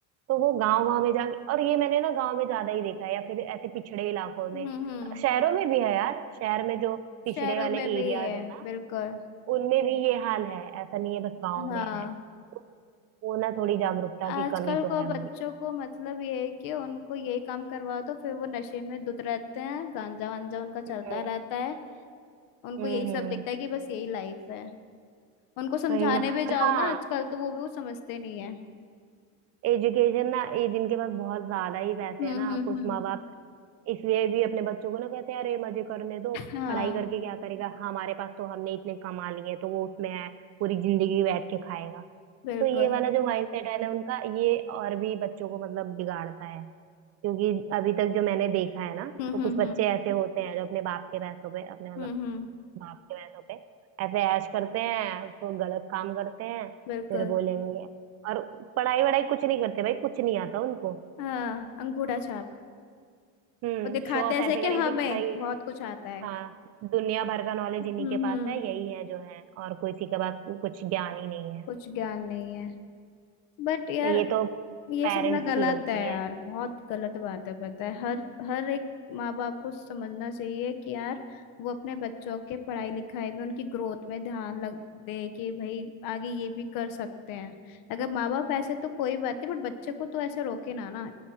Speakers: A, on the right; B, on the left.
A: तो वो गांव गांव में जाके और ये मैंने ना गांव में ज्यादा ही देखा है या फिर ऐसे पिछड़े इलाकों में
B: हम्म हम्म
A: शहरों में भी है यार शहर में जो पिछड़े
B: शहरों
A: वाले
B: में भी
A: एरियाज
B: है
A: है ना
B: बिल्कुल
A: उनमें भी ये हाल है ऐसा नहीं है बस गांव
B: हाँ
A: में है तो वो ना थोड़ी जागरूकता
B: आजकल
A: की कमी
B: को
A: तो है
B: बच्चों को मतलब ये है कि उनको यही काम करवाओ तो फिर वो नशे में धुत रहते हैं गांजा वांजा उनका चलता
A: भाई
B: रहता है उनको
A: हम्म
B: यही सब
A: हम्म
B: दिखता है कि बस यही लाइफ है उनको समझाने
A: वही ना और
B: भी जाओ
A: हाँ
B: ना आजकल तो वो भी वो समझते नहीं है
A: एजुकेशन ना ये जिनके पास बहुत ज्यादा ही पैसे
B: हम्म
A: है ना
B: हम्म
A: कुछ
B: हम्म
A: माँ बाप इसलिए भी अपने बच्चों को ना कहते हैं अरे मजे करने दो
B: हाँ
A: पढ़ाई करके क्या करेगा हमारे पास तो हमने इतने कमा लिए तो वो उसमें है पूरी जिंदगी बैठ के खाएगा
B: बिल्कुल
A: तो ये वाला जो माइंडसेट है ना उनका ये और भी बच्चों को मतलब बिगाड़ता है क्योंकि अभी तक जो मैंने देखा है ना
B: हम्म
A: तो कुछ
B: हम्म
A: बच्चे
B: हम्म
A: ऐसे होते हैं जो अपने बाप के पैसों पे अपने मतलब
B: हम्म हम्म
A: बाप के भैंसों पे ऐसे ऐश करते हैं तो गलत काम करते हैं
B: बिल्कुल
A: फिर बोलेंगे और पढ़ाई वढ़ाई कुछ नहीं करते भाई कुछ नहीं आता उनको
B: हाँ अंगूठा छाप
A: हम्म
B: वो दिखाते
A: शो ऑफ
B: ऐसे
A: ऐसे करेंगे
B: कि हमें
A: कि भाई
B: बहुत कुछ आता है
A: हाँ दुनिया भर का नॉलेज
B: हम्म
A: इन्हीं के पास
B: हम्म
A: है यही है जो है और कोई किसी के पास कुछ ज्ञान ही नहीं है
B: कुछ ज्ञान नहीं है बट यार
A: तो ये तो
B: ये
A: पेरेंट्स
B: सब ना गलत
A: की गलती
B: है यार
A: है
B: बहुत गलत बात है पता है हर हर एक माँ बाप को समझना चाहिए कि यार वो अपने बच्चों के पढ़ाई लिखाई में उनकी ग्रोथ में ध्यान लग दे कि भाई आगे ये भी कर सकते हैं अगर माँ बाप ऐसे तो कोई बात नहीं बट बच्चे को तो ऐसे रोके ना ना